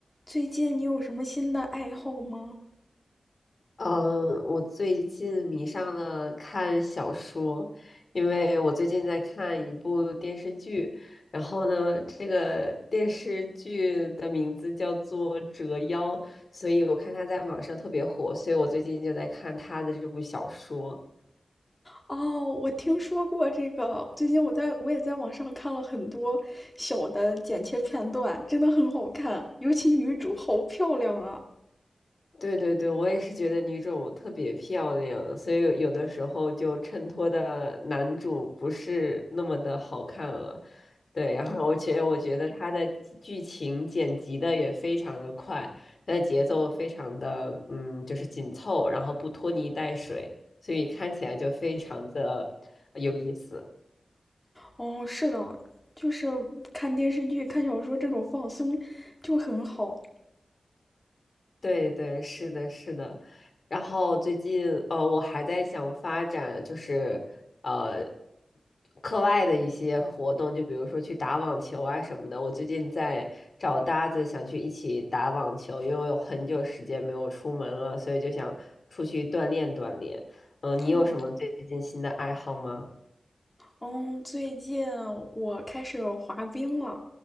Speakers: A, on the left; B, on the left.
A: 最近你有什么新的爱好吗？
B: 嗯，我最近迷上了看小说，因为我最近在看一部电视剧，然后呢，这个电视剧的名字叫做《折腰》，所以我看它在网上特别火，所以我最近就在看它的这部小说。
A: 哦，我听说过这个。最近我在我也在网上看了很多小的剪切片段，真的很好看，尤其女主好漂亮啊！
B: 对对对，我也是觉得女主特别漂亮，所以有的时候就衬托的男主不是那么的好看了。对，然后觉觉得我觉得他的剧剧情剪辑的也非常的快，他的节奏非常的嗯，就是紧凑，然后不拖泥带水，所以看起来就非常的有意思。
A: 哦，是的，就是看电视剧、看小说这种放松就很好。
B: 对对，是的，是的。然后最近，呃，我还在想发展，就是呃，课外的一些活动，就比如说去打网球啊什么的。我最近在找搭子，想去一起打网球，因为我有很久时间没有出门了，所以就想出去锻炼锻炼。嗯、你有什么最近新的爱好吗？
A: 哦，嗯，最近我开始滑冰了，